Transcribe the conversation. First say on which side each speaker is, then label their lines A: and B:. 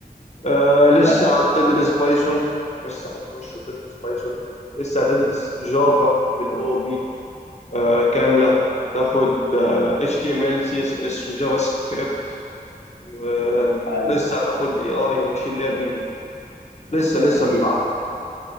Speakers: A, on the left (about 45°); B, on the left (about 80°).
A: آه لسه
B: ايوه
A: هتدرس بايثون لسه هتخش وتدرس بايثون لسه هتدرس جافا بالاو بي آه، كاملة هتاخد آه، HTML CSS وجافا سكريبت ولسه
B: ايوه
A: هتاخد AI وماشين ليرنينج لسه لسه
B: اكيد
A: هتتعمق